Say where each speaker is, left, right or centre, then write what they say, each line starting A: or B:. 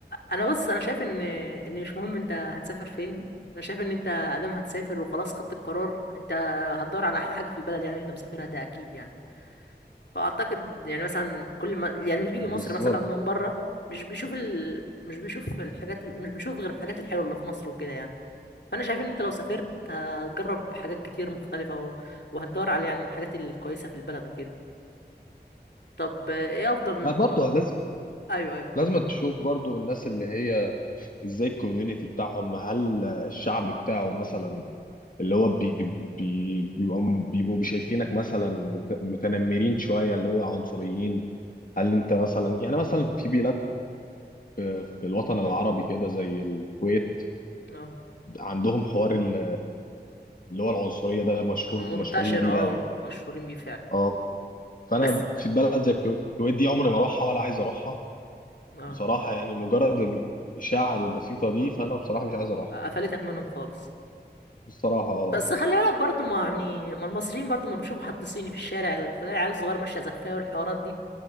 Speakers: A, on the left; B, on the left.
A: انا بص انا شايف ان ان مش مهم انت هتسافر فين انا شايف ان انت ادام هتسافر وخلاص خدت القرار انت هتدور على احلى حاجه في البلد يعني اللي انت مسافرها ده اكيد يعني فاعتقد يعني مثلا كل ما يعني اللي بيجي
B: بالظبط
A: مصر مثلا من بره مش بيشوف ال... مش بيشوف الحاجات ال- مش بيشوف غير الحاجات الحلوه اللي في مصر وكده يعني فانا شايف ان انت لو سافرت هتجرب حاجات كتير مختلفه و... وهتدور على يعني الحاجات الكويسه في البلد وكده طب ايه افضل
B: آه برضو لازم
A: ايوه ايوه
B: لازم تشوف برضو الناس اللي هي ازاي الكوميونتي بتاعهم هل الشعب بتاعه مثلا اللي هو بي بي بيبقوا بيبقوا شايفينك مثلا مت- متنمرين شوية اللي هو عنصريين هل انت مثلا يعني مثلا في بلاد في في الوطن العربي كده زي الكويت
A: اه
B: عندهم حوار ال- اللي هو العنصرية ده مشهور
A: منتشر
B: مشهورين بيه
A: اه
B: قوي يعني
A: مشهورين بيه فعلا
B: اه فانا
A: بس
B: في بلد زي الكو- الكويت دي عمري ما اروحها ولا عايز اروحها
A: اه
B: بصراحة يعني مجرد الإشاعة البسيطة دي فأنا بصراحة مش عايز أروح
A: قفلتك منهم خالص
B: بصراحة اه
A: بس
B: يعني
A: خلي بالك برضو ما يعني ما المصريين برضو ما بيشوفوا حد صيني في الشارع تلاقي العيال الصغيره ماشيه زفاه والحوارات دي